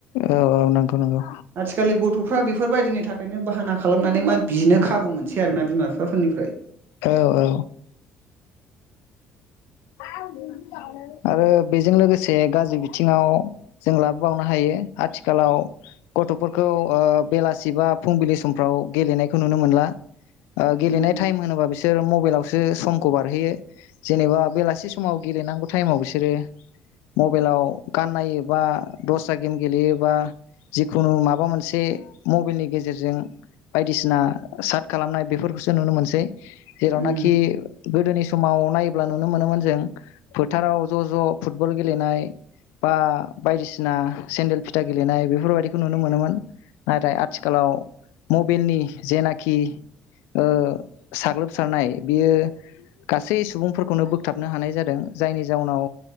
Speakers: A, on the left; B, on the right.
A: औ औ नंगौ नांगौ।
B: आथिखालनि गथ'फ्रा बेफोरबायदिनि थाखायनो बाहाना खालामनानै मा बिनो खाबु मोनसै आरोना बिमा बिफाफोरनिफ्राय
A: औ औ <unintelligible> आरो बेजों लोगोसे गाज्रि बिथिङाव जों लाबोबावनो हायो आथिखालाव गथ'फोरखौ बेलासि बा फुंबिलि समफ्राव गेलेनायखौ नुनो मोनला। गेलेनाय
B: उम
A: टाइम होनोबा बिस सोर मबाइलावसो समखौ बारहोयो जेनेबा बेलासि समाव गेलेनांगौ टाइमाव बिसोरो मबाइलाव गाननायो बा दस्रा- गेम गेलेयोबा जिखुनु माबा मोनसे मबलनि गेजेरजों बायदिसिना साट खालामनाय बेफोरखौसो नुनो मोनसै जेरावनाखि
B: उम
A: गोदोनि समाव नायोब नुनो मोनोन फोथाराव ज' ज' फुटबल गेलेनाय बा। बायदिसिना सेन्देल फिथा गेलेनाय बेफोरबायदि थ नुनो मोनोमोन नाथाय आथिखालाव मबाइलनि जेनाखि ओ साग्लोबसारनाय बियो गासै सुबुंफोरखौनो बोथाबनो हानाय जादों जायनि जाउनाव